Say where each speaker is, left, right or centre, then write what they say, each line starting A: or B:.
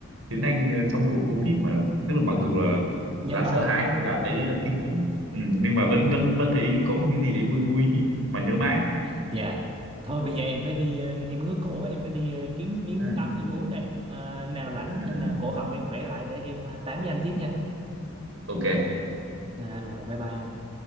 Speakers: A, on the right (about 75°); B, on the right (about 30°).
A: Tiến Anh ờ, trong mùa Covid mà tức là mặc dù là
B: nhớ
A: là
B: mãi
A: sợ hãi là thấy ờ, kinh khủng ừ, nhưng mà vẫn vẫn vẫn thấy có một cái gì đấy vui vui <laughs> mà nhớ mãi
B: dạ thôi bây giờ em phải đi ờ, em ngứa cổ quá, em phải đi ờ, kiếm miếng
A: ừ,
B: nước ấm em uống đây à, nào rảnh
A: ừ,
B: ờ, nào
A: ừ.
B: cổ họng em khỏe lại để em ờ, tám với anh tiếp nha
A: ok
B: à, rồi bye bye anh